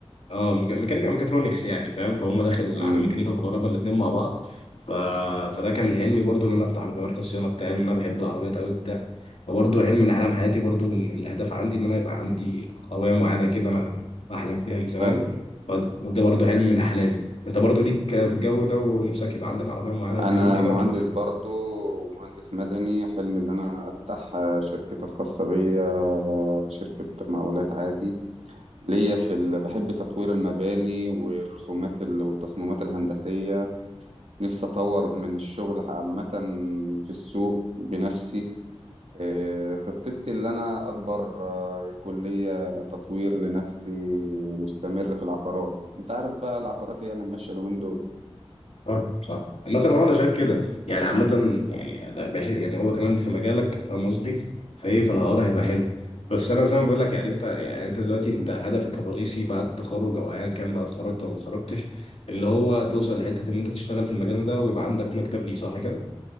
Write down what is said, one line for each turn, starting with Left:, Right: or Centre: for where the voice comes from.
Left: اه ميكا- ميكانيكا ميكاترونكس يعني فاهم فهم داخل
Right: مم.
Left: على ميكانيكا وكهرباء الاثنين مع بعض ف... فده كان حلمي برضو ان انا افتح مركز صيانه بتاعي لان انا بحب العربيات قوي بتاع فبرضه حلم من احلام حياتي برضو من الاهداف عندي ان انا يبقى عندي عربيه معينه كده انا بحلم فيها من زمان
Right: حلو
Left: فد- وده برضو حلم من احلامي انت برضو ليك في الجو ده ونفسك يبقى عندك عربيه معينه والكلام
Right: أنا
Left: كده
Right: مهندس
Left: ولا
Right: برضو مهندس مدني حلمي اللي أنا أفتح آه، شركتي الخاصة بيا آه، شركة مقاولات عادي ليا في ال... بحب تطوير المباني والرسومات ال... والتصميمات الهندسية نفسي أطور من الشغل عامة في السوق بنفسي آه، خطتي اللي أنا أكبر آه، كلية تطوير لنفسي مستمر في العقارات أنت عارف بقى العقارات هي اللي ماشية اليومين دول
Left: صح صح عامة اه انا شايف كده يعني عامة يعني ده بحس يعني هو كمان في مجالك فاهم قصدي فايه فالحوار هيبقى
Right: مم،
Left: حلو بس انا زي ما بقول لك يعني انت يعني انت دلوقتي
Right: مم.
Left: انت هدفك الرئيسي بعد التخرج او ايا كان بقى اتخرجت او ما اتخرجتش اللي هو توصل لحتة ان انت تشتغل في المجال ده ويبقى عندك مكتب ليه صح كده؟